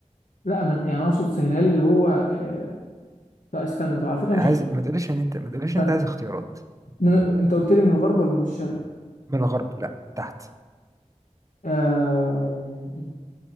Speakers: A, on the left; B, on the right.
A: لا من يعني اقصد سهلها لي اللي هو آه لا استنى طب على فكرة
B: عايز
A: مش هختار.
B: ما تقوليش ان انت ما تقوليش ان
A: استنى
B: انت عايز اختيارات
A: من... انت قلت لي من الغرب ولا من الشرق؟
B: من الغرب لا من تحت
A: آه